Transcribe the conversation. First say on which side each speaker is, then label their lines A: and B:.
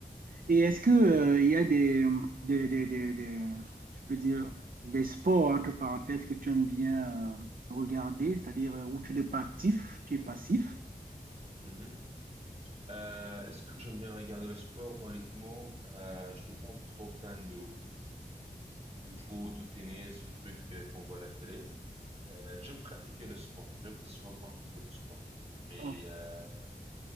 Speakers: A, on the right; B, on the right.
A: Et
B: Mhm.
A: est-ce que euh, il y a des, des, des, des- des- je peux dire, des sports, entre parenthèses, que tu aimes bien euh, regarder, c'est-à-dire euh, où tu n'es pas actif, tu es passif?
B: Mhm. Euh, est-ce que j'aime bien regarder le sport? Honnêtement, euh, je suis pas trop fan de, de foot ou tennis, des trucs euh, qu'on voit à la télé. Euh, j'aime pratiquer le sport, j'aime que ce soit moi qui fais le sport. Mais,
A: Oh.
B: euh,